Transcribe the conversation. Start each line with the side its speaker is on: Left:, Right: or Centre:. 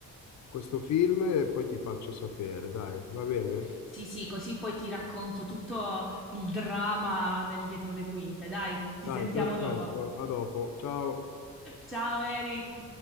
Left: questo film e poi ti faccio sapere. Dai, va bene?
Centre: Sì, sì, così poi ti racconto tutto il dramma del dietro le quinte. Dai, ci
Left: Dai,
Centre: sentiamo
Left: perfetto.
Centre: dopo.
Left: A dopo. Ciao.
Centre: Ciao Eric.